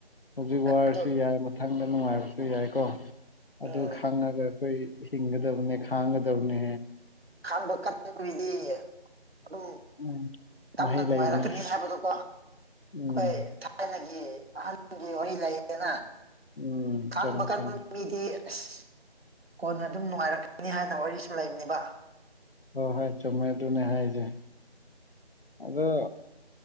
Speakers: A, on the left; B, on the right.
A: ꯍꯧꯖꯤꯛ ꯋꯥꯔꯁꯨ
B: ꯑꯗꯨ
A: ꯌꯥꯏ ꯃꯊꯪꯗ ꯅꯨꯡꯉꯥꯏꯕꯁꯨ ꯌꯥꯏꯀꯣ ꯑꯗꯨ
B: ꯎꯝ
A: ꯈꯪꯉꯒ ꯑꯩꯣꯏ ꯍꯤꯡꯒ ꯗꯕꯅꯦ ꯈꯥꯡꯒ ꯗꯕꯅꯦ
B: ꯈꯥꯡꯕ ꯀꯕꯤꯗꯤ ꯑꯗꯨꯝ
A: ꯎꯝ
B: ꯌꯥꯝꯅ
A: ꯃꯍꯩ
B: ꯅꯨꯡꯉꯥꯏꯔꯛꯀꯅꯤ
A: ꯂꯩꯕꯅꯦ
B: ꯍꯥꯏꯕꯗꯣꯀꯣ ꯑꯩꯈꯣꯏ
A: ꯎꯝ
B: ꯊꯥꯏꯅꯒꯤ ꯑꯍꯟꯒꯤ ꯋꯥꯔꯤ ꯂꯩꯌꯦꯅ
A: ꯎꯝ
B: ꯈꯥꯡꯕ
A: ꯆꯨꯝꯃꯦ
B: ꯀꯥꯟ
A: ꯆꯨꯝꯃꯦ
B: ꯃꯤꯗꯤ ꯑꯁ ꯀꯣꯟꯅ ꯑꯗꯨꯝ ꯅꯨꯡꯉꯥꯏꯔꯛꯀꯅꯤ ꯍꯥꯏꯅ ꯋꯥꯔꯤꯁꯨ ꯂꯩꯕꯅꯦꯕ
A: ꯍꯣꯏ ꯍꯣꯏ ꯆꯨꯝꯃꯦ ꯑꯗꯨꯅꯦ ꯍꯥꯏꯁꯦ ꯑꯗꯣ